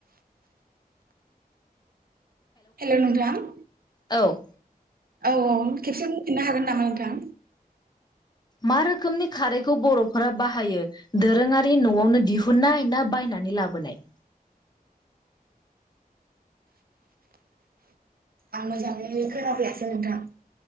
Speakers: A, on the right; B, on the left.
A: हेलौ नोंथां।
B: औ।
A: औ औ खेबसे बुंफिननो हागोन नामा नोंथां?
B: मा रोखोमनि खारैखौ बरफोरा बाहायो? दोरोङारि नआवनो दिहुनाय ना बायनानै लाबोनाय?
A: आं मोजाङै खोनाफैयासै नोंथां।